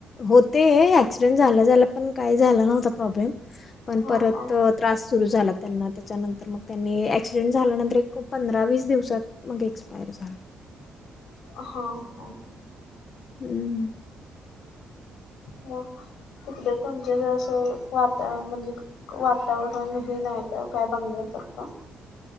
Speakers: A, on the left; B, on the left.
A: होते, ऍक्सिडेंट झाल्या झाल्या पण काही झालं नव्हत प्रॉब्लेम, पण
B: हा
A: परत
B: हा
A: त्रास सुरू झाला त्यांना, त्याच्यानंतर मग त्यांनी ऍक्सिडेंट झाल्यानंतर एक पंधरा वीस दिवस मग एक्सपायर झाले.
B: हा हा.
A: हम.
B: मग तिकडे तुमचकडे अस वातावरण म्हणजे वातावरण हे नाही कायं काय बघण्यासारख